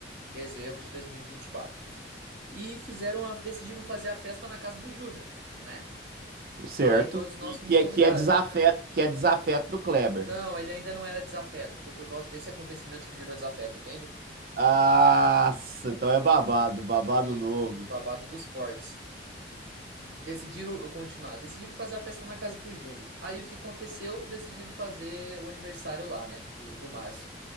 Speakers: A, on the right; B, on the right.
A: Dezembro de 2024. E vinte e quatro. E fizeram a, decidiram fazer a festa na casa do Júnior, né?
B: Certo?
A: Aí todos nós
B: E que
A: fomos convidados.
B: é, que é desafeto, que é desafeto do Kleber.
A: Não, ele ainda não era desafeto. Foi por causa desse acontecimento que virou desafeto, entende?
B: Nossa, então é babado, babado
A: Sim,
B: novo.
A: o babado dos fortes. Decidiram eu continuar. Decidiram fazer a festa na casa do Júnior. Aí o que aconteceu? Decidiram fazer o aniversário lá, né? Do, do Márcio.